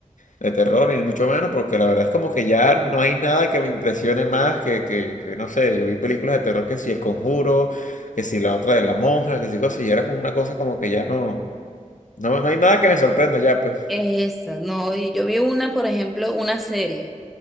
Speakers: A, on the left; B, in the centre.
A: de terror, ni mucho menos, porque la verdad es como que ya no hay nada que me impresione más que, que, que, no sé, yo vi películas de terror que si El Conjuro, que si la otra de la monja, que si cosas, y era como una cosa como que ya no, no, no hay nada que me sorprenda ya, pues.
B: Esa, no, y yo vi una, por ejemplo, una serie